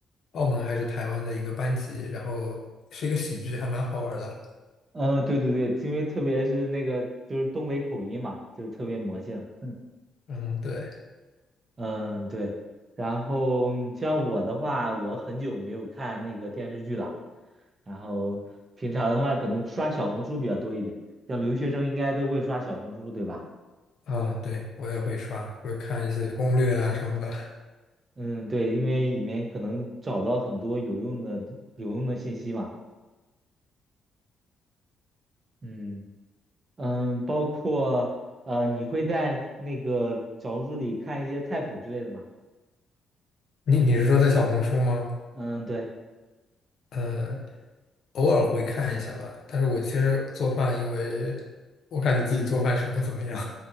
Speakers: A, on the left (about 65°); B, on the right (about 35°).
A: 澳门还是台湾的一个班级，然后是一个喜剧，还蛮好玩的。
B: 嗯，对对对，因为特别是那个就是东北口音嘛，就是特别魔性。<laughs>
A: 嗯，对，
B: 嗯，对。然后像我的话，我很久没有看那个电视剧了，然后平常的话可能刷小红书比较多一点，像留学生应该都会刷小红书，对吧？
A: 啊，对，我也会刷，会看一些攻略啊什么的。
B: 嗯，对，因为里面可能找到很多有用的有用的信息嘛。嗯嗯，包括呃，你会在那个小红书里看一些菜谱之类的吗？
A: 你你是说在小红书吗？
B: 嗯，对。
A: 呃，偶尔会看一下吧。但是我其实做饭，因为我感觉自己做饭是不怎么样，